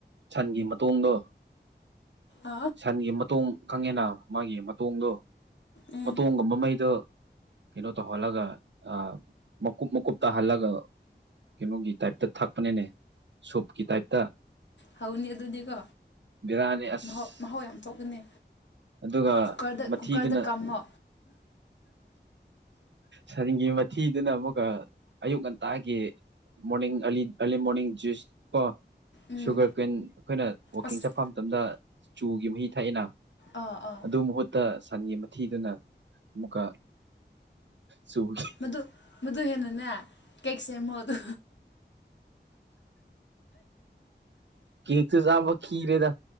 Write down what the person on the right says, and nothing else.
ꯁꯟꯒꯤ ꯃꯇꯣꯡꯗꯣ
ꯁꯟꯒꯤ ꯃꯇꯣꯡ ꯈꯪꯉꯦꯅꯥ ꯃꯥꯒꯤ ꯃꯇꯣꯡꯗꯣ
ꯃꯇꯣꯡꯒꯨꯝꯕꯉꯩꯗ ꯀꯩꯅꯣ ꯇ ꯍꯂꯒ ꯑ ꯃꯀꯨꯞꯕ ꯃꯨꯀꯨꯞꯕꯇ ꯍꯜꯂꯒ ꯀꯩꯅꯣꯒꯤ ꯇꯥꯏꯞꯇ ꯊꯛꯄꯅꯅꯦ ꯁꯣꯞꯀꯤ ꯇꯥꯏꯞꯇ
ꯕꯤꯔꯥꯅꯤ ꯑꯁ
ꯑꯗꯨꯒ
ꯃꯊꯤꯗꯨꯅ
ꯁꯟꯒꯤ ꯃꯊꯤꯗꯨꯅ ꯑꯃꯨꯛꯀ ꯑꯌꯨꯛ ꯉꯟꯇꯥꯒꯤ ꯃꯣꯔꯅꯤꯡ ꯑꯂꯤ ꯑꯔꯂꯤ ꯃꯣꯔꯅꯤꯡ ꯨꯁ ꯀꯣ
ꯁꯨꯒꯔ ꯀꯨꯋꯟ ꯑꯩꯈꯣꯏꯅ ꯋꯀꯤꯡ
ꯆꯠꯄ ꯃꯇꯝꯗ ꯆꯨꯒꯤ ꯃꯍꯤ ꯊꯛꯑꯅ
ꯑꯗꯨ ꯃꯍꯨꯠꯇ ꯁꯟꯒꯤ ꯃꯊꯤꯗꯨꯅ ꯑꯃꯨꯛꯀ ꯆꯨꯈꯤ
ꯀꯠꯇ ꯁꯥꯕꯈꯈꯤꯔꯦꯗ